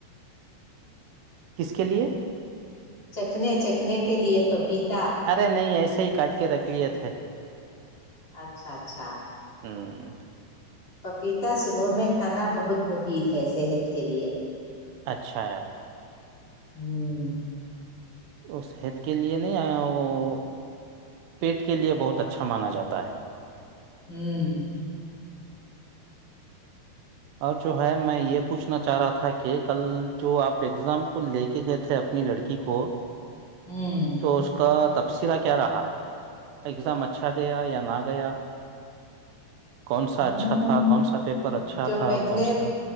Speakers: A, on the right; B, on the left.
A: کس کے لیئے
B: چکھنے چکھنے کے لیئے پپیتے
A: ارے نہیں ایسے ہی کاٹ کے رکھ لیے تھے
B: اچھا اچھا
A: ہاں
B: پپیتا صبح میں کھانا بہت مفید ہے صحت کے لیئے
A: اچھا
B: ہوں
A: وہ صحت کے لئے نہیں وہ پیٹ کے لئے بہت اچھا مانا جاتا ہے
B: ہوں
A: اور جو ہے میں یہ پوچھنا چاہ رہا تھا کہ کل جو آپ ایگزام کو لے کے گئے تھے اپنی لڑکی کو
B: ہوں
A: تو اس کا تبصرہ کیا رہا اگزام اچھا گیا یا نہ گیا کون سا
B: ہوں
A: اچھا کون سا پیپر اچھا
B: جو
A: تھا
B: پہلے
A: کون سا